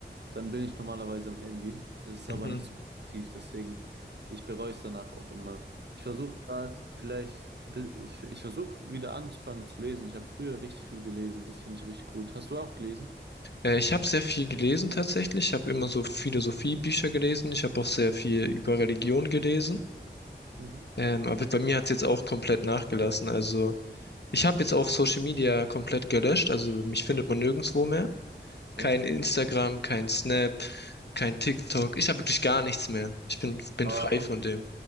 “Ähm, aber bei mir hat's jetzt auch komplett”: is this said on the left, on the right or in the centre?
Left